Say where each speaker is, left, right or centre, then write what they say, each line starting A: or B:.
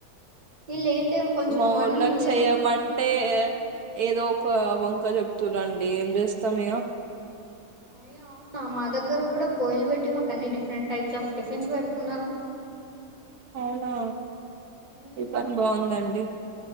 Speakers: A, on the right; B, on the right.
A: వీళ్ళు ఏంటైం కొంచెం
B: మా
A: మార్నింగ్
B: వోళ్ళని
A: లే
B: చెయ్యమంటే ఏదో ఒక వంక చెప్తుర్రండి ఏం చేస్తాం ఇగ
A: అయ్యో అవునా మా దగ్గర కూడా పోయ్యిలు పెట్టి మాకు అన్ని డిఫరెంట్ టైప్స్ ఆఫ్ టిఫిన్స్ పెడుతున్నారు
B: అవునా
A: మ్మ్,
B: మీ పని బావుందండి